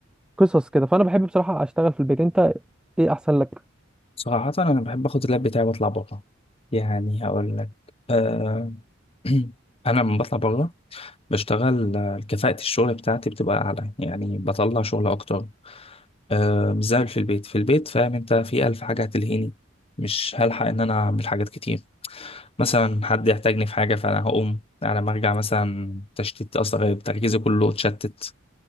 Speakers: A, in the centre; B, on the left (about 30°).
A: قصص كده فانا بحب بصراحه اشتغل في البيت انت ايه احسن لك
B: صراحة أنا بحب أخد اللاب بتاعي وأطلع بره يعني هقول لك أه <clears throat> أنا لما بطلع بره بشتغل آه، كفاءة الشغل بتاعتي بتبقى أعلى يعني بطلع شغل أكتر أه مش زي في البيت في البيت فاهم أنت في ألف حاجة هتلهيني مش هلحق إن أنا أعمل حاجات كتير مثلا حد يحتاجني في حاجة فأنا هقوم على ما أرجع مثلا تشتيت أصلا غير تركيزي كله اتشتت